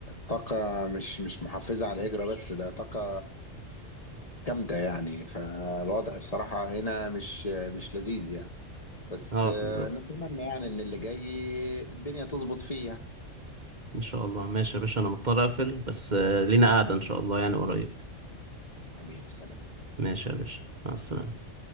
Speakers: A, on the left; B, on the right.
A: طاقة مش مش محفزة على الهجرة بس ده طاقة جامدة يعني فالوضع بصراحة هنا مش مش لذيذ يعني بس
B: اه
A: آه،
B: بالظبط
A: نتمنى يعني إن اللي جاي الدنيا تظبط فيه يعني
B: إن شاء الله ماشي يا باشا أنا مضطر أقفل بس آه، لينا قعدة إن شاء الله يعني قريب
A: حبيبي سلام
B: ماشي يا باشا مع السلامة